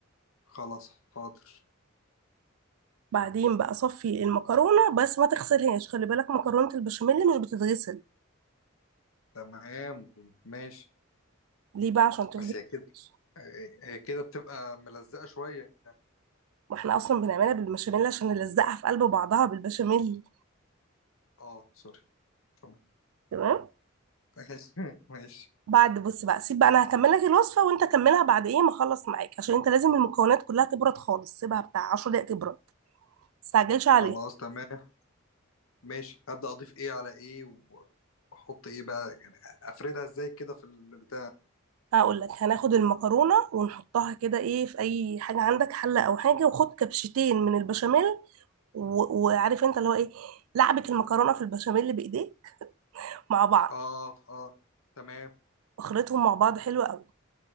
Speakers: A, on the left; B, on the right.
A: خلاص حاضر
B: بعدين بقى صفي المكرونة بس ما تغسلهاش خلي بالك مكرونة البشاميل مش بتتغسل
A: تمام ماشي
B: ليه بقى عشان تفضل
A: بس هي كده
B: فريش.
A: هي هي كده بتبقى ملزقة شوية
B: واحنا اصلا بنعملها بالبشاميل عشان نلزقها في قلب بعضها بالبشاميل
A: اه سوري تمام
B: تمام
A: <laughs> ماشي ماشي
B: بعد بص بقى سيب بقى انا هكمل لك الوصفة وانت كملها بعد ايه ما اخلص معاك عشان انت لازم المكونات كلها تبرد خالص سيبها بتاع 10 دقايق تبرد ما تستعجلش عليها
A: خلاص تمام ماشي هبدأ أضيف إيه على إيه و- وأحط إيه بقى يعني أفردها إزاي كده في البتاع
B: هقول لك هناخد المكرونه ونحطها كده ايه في اي حاجه عندك حله او حاجه وخد كبشتين من البشاميل و- وعارف انت اللي هو ايه لعبة المكرونة في البشاميل اللي بايديه مع بعض
A: اه اه تمام
B: خلطهم مع بعض حلوة قوي